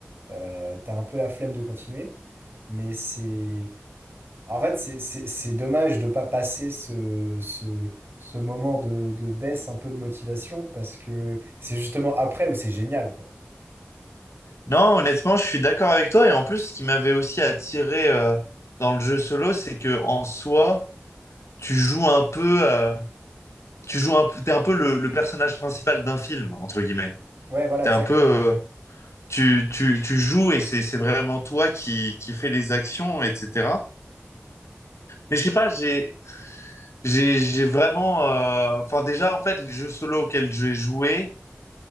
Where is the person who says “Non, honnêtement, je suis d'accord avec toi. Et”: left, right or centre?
Left